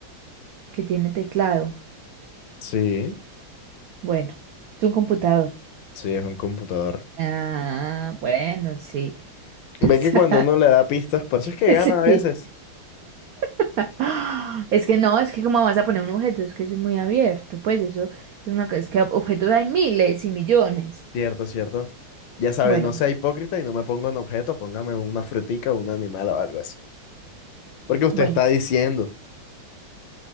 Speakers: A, on the right (about 80°); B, on the left (about 70°).
A: que tiene teclado.
B: sí,
A: Bueno, es un computador.
B: sí, es un computador.
A: Ah, bueno, sí. <laughs>
B: Ve que cuando uno le da pistas, por eso es que
A: Sí.
B: gana a veces.
A: <laughs> Es que no, es que cómo vas a poner un objeto, es que eso es muy abierto, pues eso es una cosa, es que objetos hay miles y millones.
B: Cierto, cierto. Ya sabe,
A: Bueno,
B: no sea hipócrita y no me ponga un objeto, póngame una frutica o un animal o algo así. Porque usted
A: bueno.
B: está diciendo.